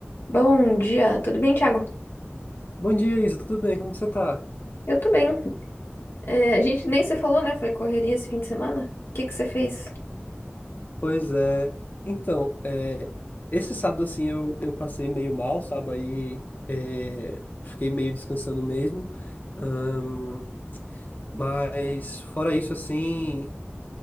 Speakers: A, on the left; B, on the left.
A: Bom dia, tudo bem, Thiago?
B: Bom dia, Isa. Tudo bem? Como que você tá?
A: Eu tô bem. É, a gente nem se falou, né? Foi correria esse fim de semana? O que que você fez?
B: Pois é. Então, é, esse sábado, assim, eu, eu passei meio mal, sabe? Aí é, fiquei meio descansando mesmo. Ahn, mas, fora isso, assim,